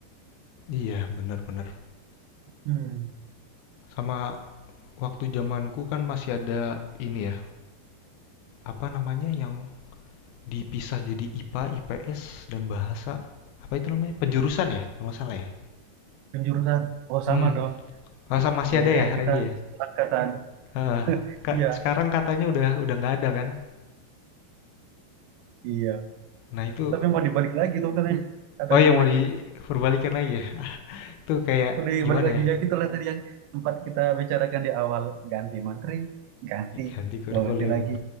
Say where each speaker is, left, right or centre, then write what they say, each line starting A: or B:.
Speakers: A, on the left; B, on the right.
A: iya benar-benar
B: Hmm.
A: sama waktu zamanku kan masih ada ini ya apa namanya yang dipisah jadi IPA IPS dan bahasa apa itu namanya penjurusan ya kalau nggak salah ya
B: penjurusan oh
A: hmm
B: sama dong
A: masa masih
B: jangan-jangan
A: ada ya
B: kita
A: Randy ya
B: satu angkatan
A: Heeh.
B: <laughs>
A: Ka-
B: iya
A: sekarang katanya udah udah nggak ada kan
B: iya
A: nah itu
B: tapi mau dibalik lagi tuh katanya ada
A: oh yang
B: yang
A: mau
B: lagi
A: diperbalikan lagi ya itu kayak
B: udah
A: gimana
B: balik lagi
A: ya
B: ya gitu lah tadi yang sempat kita bicarakan di awal ganti menteri ganti
A: ganti kurikulum
B: bawa ganti lagi